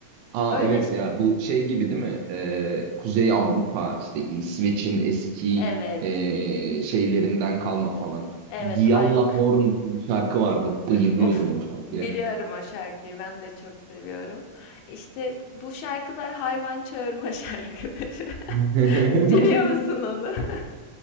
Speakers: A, on the right; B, on the left.
A: Aa
B: Öyle
A: evet
B: ş-
A: ya bu şey gibi değil mi? Ee, Kuzey Avrupa işte İsveç'in eski
B: evet.
A: ee, şeylerinden kalma falan.
B: Evet
A: Gialla
B: hay
A: Horn diye bir şarkı vardı.
B: <laughs>
A: Bayılıyordum
B: of
A: o şarkıya.
B: biliyorum o şarkıyı. Ben de çok seviyorum. İşte bu şarkılar hayvan çağırma şarkıları.
A: <laughs>
B: <laughs> Biliyor musun onu? <laughs>